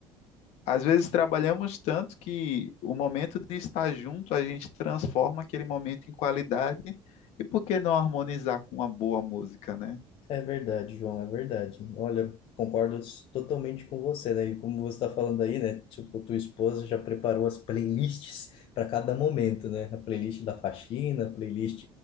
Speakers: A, on the left; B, on the left.
A: às vezes trabalhamos tanto que o momento de estar junto a gente transforma aquele momento em qualidade, e por que não harmonizar com uma boa música, né?
B: É verdade, João, é verdade. Olha, concordo s- totalmente com você, né? E como você está falando aí, né? Tipo, tua esposa já preparou as playlists <laughs> para cada momento, né? A playlist da faxina, a playlist